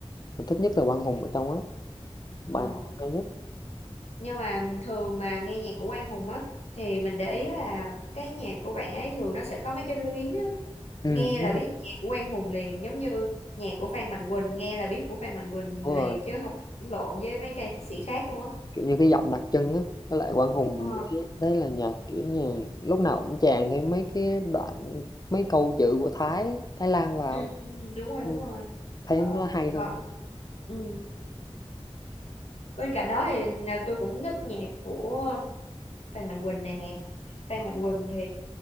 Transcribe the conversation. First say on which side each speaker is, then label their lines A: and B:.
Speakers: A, on the left (about 35°); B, on the left (about 80°).
A: mình thích nhất là Quang Hùng ở trong á bài
B: ờ
A: này hay hết
B: nhưng mà thường mà nghe nhạc của Quang Hùng á thì mình để ý là cái nhạc của bạn ấy thường nó sẽ có mấy cái luyến á
A: Ừ,
B: nghe
A: đúng
B: là biết
A: rồi.
B: nhạc của Quang Hùng liền giống như nhạc của Phan Mạnh Quỳnh nghe là biết của Phan Mạnh Quỳnh
A: đúng
B: liền
A: rồi
B: chứ không lẫn lộn với mấy ca sĩ khác luôn á
A: kiểu như cái giọng đặc trưng á với lại Quang Hùng
B: Ờ,
A: đấy, đấy là nhạc kiểu như lúc nào cũng chèn thêm mấy cái đoạn mấy câu chữ của Thái Thái Lan vào
B: ừ, ừ, đúng rồi đúng
A: Ừ,
B: rồi
A: thấy
B: ờ,
A: nó hay hơn
B: ờ, ừ. bên cạnh đó thì là tôi cũng thích nhạc của Phan Mạnh Quỳnh nè Phan Mạnh Quỳnh thì